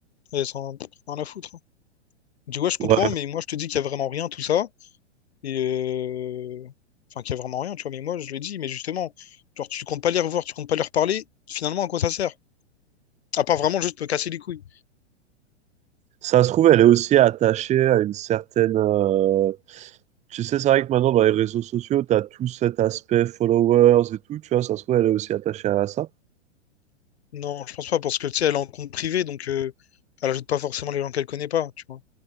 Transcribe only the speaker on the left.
elle s'en a rien à foutre. hein. Je dis, ouais, je comprends,
mais moi je te dis qu'il y a vraiment rien, tout ça. Et euh, Enfin, qu'il y a vraiment rien, tu vois. Mais moi, je le dis, mais justement, genre, tu comptes pas les revoir, tu comptes pas leur parler, finalement, à quoi ça sert? À part vraiment juste me casser les couilles.
Non, je pense pas, parce que tu sais, elle est en compte privé, donc euh, elle ajoute pas forcément les gens qu'elle connaît pas, tu vois.